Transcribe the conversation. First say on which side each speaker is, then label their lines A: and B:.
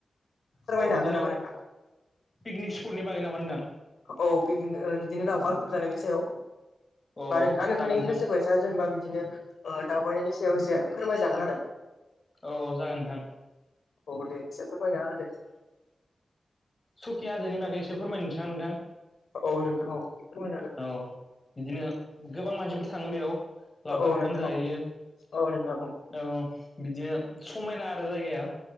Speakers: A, on the left; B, on the left.
A: फोरमायनो
B: औ बिदिनो
A: हगोन नामा नोंथांङा?
B: पिकनिक स्पटनि बागै नामा नोंथां
A: औ पिगनि बिदिनो लावखार ओंखाम जानायनि सायाव
B: औ
A: बा नोंथांंङा नोंथांनि
B: जागोन नोंथां
A: गोसोबायसा जेनबा बिदिनो ओ दावबायनायनि सायाव एसे फोरमायजागोन आरो
B: औ औ जागोन नोंथां
A: औ दे एसे फोरमाइना होदो
B: सखिया हाजोनि बागै एसे फोरमायनोसैआं नोंथां
A: औ नोंथां औ फोरमाय जागोन
B: औ बिदिनो गोबां मानसिफोर थांङो बेयाव लावखार
A: औ
B: ओंखाम
A: नोंथां
B: जाहैयो।
A: औ औ नोंथां
B: औ बिदिनो समायना आरो जायगाया